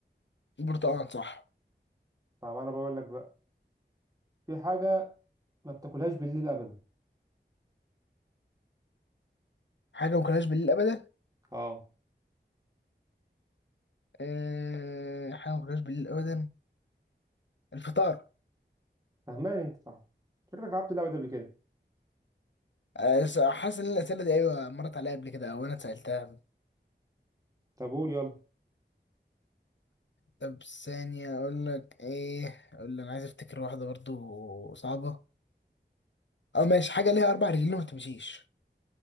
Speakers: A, on the left; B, on the right.
A: البرتقال صح
B: طب انا بقول لك بقى في حاجة ما بتاكلهاش بالليل ابدا
A: حاجة ما كلناش بالليل أبدا
B: اه
A: أه حاجة ما كلناش بالليل أبدا الفطار
B: فهمان انت صح شكلك لعبت اللعبة دي قبل كده
A: آه، س- حاسس إن الأسئلة دي أيوة مرت عليا قبل كده أو أنا اتسألتها
B: طب قول يلا
A: طب ثانية أقول لك إيه أقول لك أنا عايز أفتكر واحدة برضو صعبة أو ماشي حاجة ليها أربع رجلين وما تمشيش